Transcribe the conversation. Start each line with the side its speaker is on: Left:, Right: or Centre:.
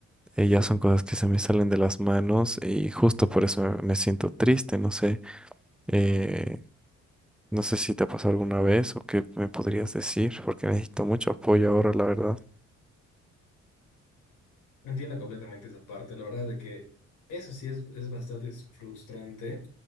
Centre: eh, ya son cosas que se me salen de las manos y justo por eso me, me siento triste, no sé. eh, no sé si te ha pasado alguna vez o qué me podrías decir, porque necesito mucho apoyo ahora, la verdad.
Left: Entiendo completamente esa parte. La verdad de que eso sí es, es bastante frustrante